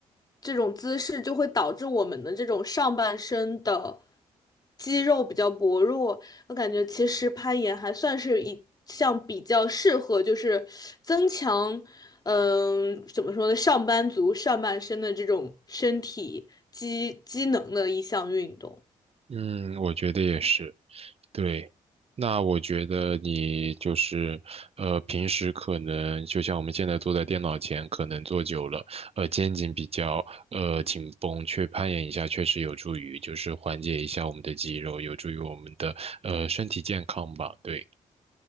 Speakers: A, on the left; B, on the right.
A: 这种姿势，就会导致我们的这种上半身的。肌肉比较薄弱，我感觉其实攀岩还算是一项比较适合，就是增强，嗯、怎么说呢，上班族上半身的这种身体机机能的一项运动。
B: 嗯，我觉得也是。对，那我觉得你就是，呃，平时可能就像我们现在坐在电脑前，可能坐久了，呃，肩颈比较呃紧绷，去攀岩一下确实有助于，就是缓解一下我们的肌肉，有助于我们的呃身体健康吧。对，